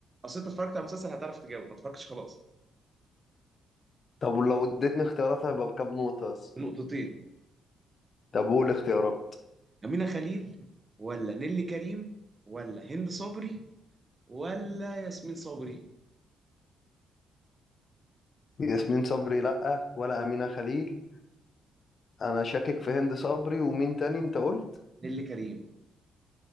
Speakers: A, on the right; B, on the left.
A: اصل انت اتفرجت على المسلسل هتعرف تجاوب ما اتفرجتش خلاص
B: طب ولو اديتني اختيارات هيبقى بكام نقطة بس
A: نقطتين
B: طب قول اختيارات
A: امينه خليل ولا نيلي كريم ولا هند صبري ولا ياسمين صبري
B: ياسمين صبري لأ ولا أمينة خليل أنا شاكك في هند صبري ومين تاني أنت قلت
A: نيلي كريم